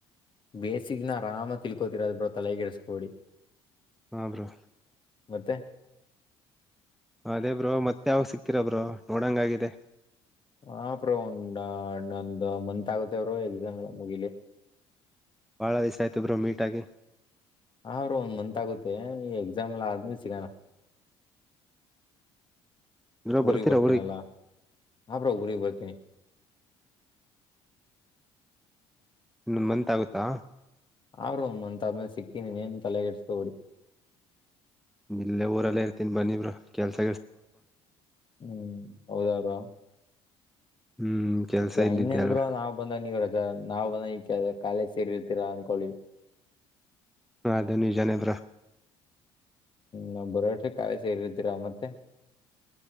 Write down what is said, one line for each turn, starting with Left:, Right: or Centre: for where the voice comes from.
Left: ಬೇಸಿಕ್ ನ ಆರಾಮಾಗಿ ತಿಳ್ಕೋತಿರಾ ಬ್ರೋ ತಲೆ ಕೆಡಿಸ್ಕೋಬೇಡಿ.
Centre: ಹಾ ಬ್ರೋ
Left: ಮತ್ತೆ
Centre: ಅದೇ ಬ್ರೋ ಮತ್ತೆ ಯಾವ ಸಿಕ್ತೀರ ಬ್ರೋ ನೋಡಂಗಾಗಿದೆ.
Left: ಹ ಬ್ರೋ ಒಂಡ್ ನಂದು ಮಂತ್ ಆಗುತ್ತೆ ಅವರು ಎಕ್ಸಾಮ್ ಮುಗಿಲಿ.
Centre: ಬಹಳ ದಿಸ ಆಯ್ತು ಬ್ರೋ ಮೀಟ್ ಆಗಿ.
Left: ಆ ಬ್ರೋ ಒಂದ್ ಮಂತ್ ಆಗುತ್ತೆ ಈ ಎಕ್ಸಾಮ್ ಎಲ್ಲಾ ಆದ್ಮೇಲೆ ಸಿಗೋಣ
Centre: ಬ್ರೋ
Left: ಊರಿಗೆ
Centre: ಬರ್ತೀರಾ
Left: ಬರುತ್ತಿನಲ್ಲ ಹಾ ಬ್ರೋ ಊರಿಗ್ ಬರ್ತೀನಿ.
Centre: <inaudible> ಇನ್ನೊಂದು ಮನ್ತ್ ಆಗುತ್ತಾ
Left: ಹಾ ಬ್ರೋ ಇನ್ನೊಂದು ಮಂತ್ ಮೇಲೆ ಸಿಕ್ತೀನಿ ತಲೆ ಕೆಡಿಸ್ಕೋಬೇಡಿ.
Centre: ಇಲ್ಲೇ ಊರಲ್ಲೇ ಇರ್ತೀನಿ ಬನ್ನಿ ಬ್ರೋ ಕೆಲಸ ಇಲ್
Left: ಹ್ಮ್ ಹೌದಾ ಬ್ರೋ
Centre: ಹ್ಮ್ ಕೆಲ್ಸ ಇದ್ದಿದ್ದೆ
Left: ಇನ್ನೇನ್
Centre: ಅಲ್ವಾ
Left: ಬ್ರೋ ನಾವ್ ಬಂದಾಗೆಲ್ಲ ಕಾಲೇಜ್ ಹೋಗಿರ್ತೀರಾ ಅಂತ ಅನ್ಕೊಂಡಿದ್ದೆ.
Centre: ಅದು ನಿಜನೆ ಬ್ರೋ
Left: ನಾ ಬರೋ ಅಷ್ಟ್ರಲ್ಲಿ ಕಾಲೇಜ್ ಸೇರಿರ್ತ್ತಿರ ಮತ್ತೆ